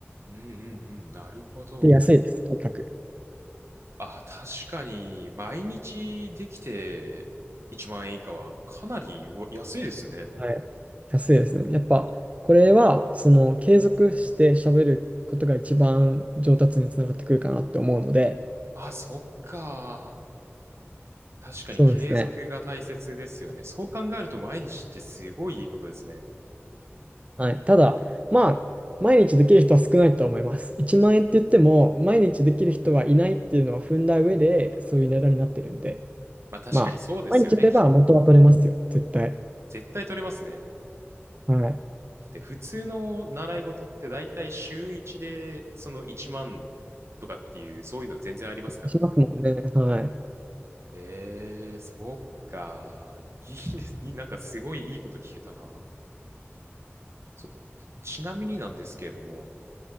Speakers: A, on the right; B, on the right.
A: うん、うん、うん。なるほど。
B: で、安いです、とにかく。
A: あ、確かに、毎日できて1万円以下はかなりうわ安いですね。
B: はい。安いですね。やっぱ、これは、その、継続して喋ることが一番上達につながってくるかなって思うので、
A: あ、そっか。確かに継続が大切ですよね。
B: そうですね。
A: そう考えると毎日ってすごいいいことですね。
B: はい。ただ、まあ、毎日できる人は少ないと思います。1万円って言っても、毎日できる人はいないっていうのは踏んだ上で、そういう値段になってるんで、
A: まあ確かにそうですよね、
B: まあ、毎日やれば元は取れますよ、
A: きっと。
B: 絶対。
A: 絶対取れますね。
B: はい。
A: だって普通の習い事って大体週1でその1万とかっていう、そういうの全然ありますからね。
B: しますもんね。はい。
A: えー、そっか。いいです。いい、なんかすごいいいこと聞けたな。そっか。ちなみになんですけれども、